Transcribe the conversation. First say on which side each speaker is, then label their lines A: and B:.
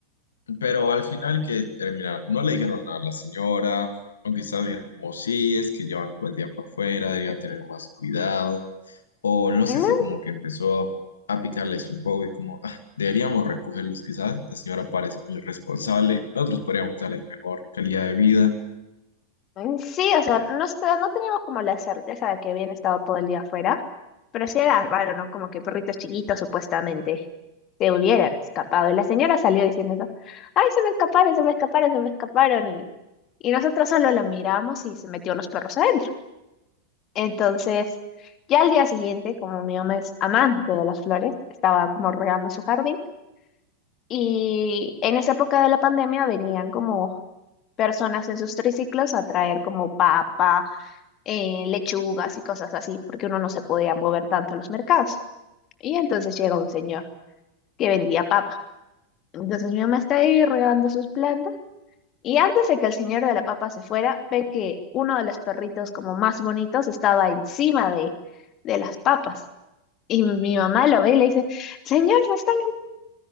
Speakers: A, on the left (about 70°); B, on the left (about 35°).
A: Pero al final que terminaron, no le dijeron nada a la señora, o quizás dijeron como sí, es que llevan todo el día por fuera, debían tener más cuidado, o no
B: No,
A: sé si como que empezó a picarles un poco y como "Ah, deberíamos recogerlos quizás, la señora parece muy responsable, nosotros podríamos darles mejor calidad de vida.
B: Mm, Sí, o sea, no, está- no teníamos como la certeza de que habían estado todo el día afuera, pero sí era raro, ¿no? Como que perritos chiquitos supuestamente se hubieran escapado. Y la señora salió diciendo eso, ay, se me escaparon, se me escaparon, se me escaparon. Y, y nosotros solo la miramos y se metió los perros adentro. Entonces, ya al día siguiente, como mi mamá es amante de las flores, estaba como regando su jardín. Y en esa época de la pandemia venían como personas en sus triciclos a traer como papas eh, lechugas y cosas así, porque uno no se podía mover tanto a los mercados. Y entonces llega un señor que vendía papa. Entonces mi mamá está ahí regando sus plantas. Y antes de que el señor de la papa se fuera, ve que uno de los perritos como más bonitos estaba encima de, de las papas. Y mi mamá lo ve y le dice, señor, se está